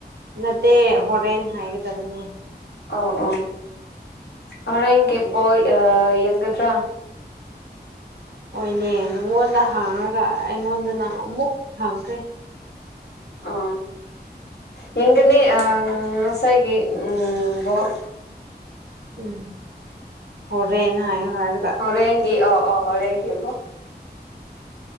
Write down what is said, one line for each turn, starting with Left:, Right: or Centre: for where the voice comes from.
Right: ꯅꯠꯇꯦ ꯍꯣꯔꯦꯟ ꯍꯥꯏꯒꯗꯕꯅꯤ
Left: ꯑꯣ ꯑꯣ ꯍꯣꯔꯦꯟꯒꯤ ꯕꯣꯜ ꯌꯦꯡꯒꯗ꯭ꯔꯥ
Right: ꯍꯣꯏꯅꯦ ꯅꯪꯉꯣꯟꯗ ꯍꯥꯡꯉꯒ ꯑꯩꯉꯣꯟꯗꯅ ꯑꯃꯨꯛ ꯍꯥꯡꯈ꯭ꯔꯦ
Left: ꯑꯣ ꯌꯦꯡꯒꯅꯤ ꯎꯝ ꯉꯁꯥꯏꯒꯤ ꯎꯝ ꯕꯣꯜ
Right: ꯎꯝ ꯍꯣꯔꯦꯟ ꯍꯥꯏꯌꯦ ꯍꯥꯏꯔꯒ
Left: ꯍꯣꯔꯦꯟꯒꯤ ꯑꯣ ꯑꯣ ꯍꯣꯔꯦꯟꯒꯤ